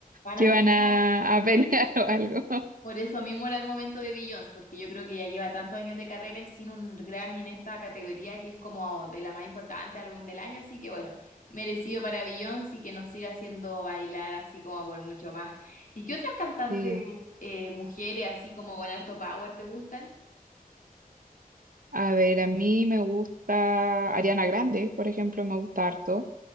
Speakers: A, on the left; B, on the right.
A: Van
B: que
A: a
B: van
A: pelear.
B: a, a pelear <laughs> o algo.
A: Por eso mismo era el momento de Beyoncé, porque yo creo que ya lleva tantos años de carrera y sin un Grammy en esta categoría que es como de la más importante álbum del año, así que bueno, merecido para Beyoncé y que nos siga haciendo bailar así como por mucho más. ¿Y qué otras cantantes
B: Sí.
A: eh, mujeres así como con harto power te gustan?
B: A ver, a mí me gusta Ariana Grande, por ejemplo, me gusta harto.